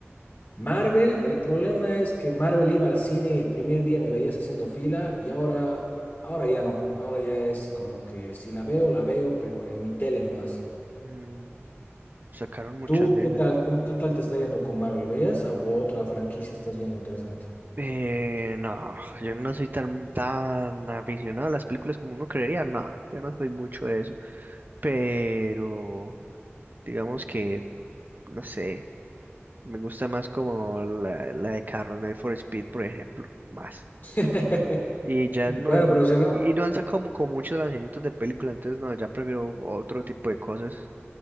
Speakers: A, on the left (about 50°); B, on the right (about 40°).
A: Marvel, el problema es que Marvel iba al cine, el primer día me veías haciendo fila y ahora, ahora ya no. Ahora ya es como que si la veo, la veo, pero en mi tele nomás.
B: Mm, sacaron muchas
A: ¿Tú
B: veces.
A: qué tal? ¿Qué, qué tal te está yendo con Marvel? ¿Veías a- o otra franquicia estás viendo interesante?
B: Eh, no, yo no soy tan, tan aficionado a las películas como uno creería, no, yo no soy mucho de eso, pero digamos que, no sé, me gusta más como la, la de Carro Need for Speed, por ejemplo, más.
A: <laughs>
B: Y ya no,
A: Bueno,
B: en-
A: pero si hablamos.
B: y no han sacado como, como muchos lanzamientos de película, entonces no, ya prefiero otro tipo de cosas,